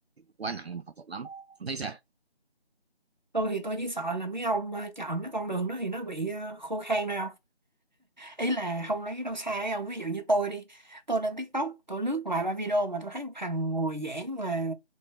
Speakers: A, on the right; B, on the right.
A: quá nặng mà học thuật lắm không thấy sao
B: tôi thì tôi chỉ sợ là mấy ông ờ, chọn cái con đường đó thì nó bị ờ, khô khan thôi ý là không lấy đâu xa ấy không ví dụ như tôi đi tôi lên TikTok tôi lướt vài ba video mà tôi thấy một thằng ngồi giảng về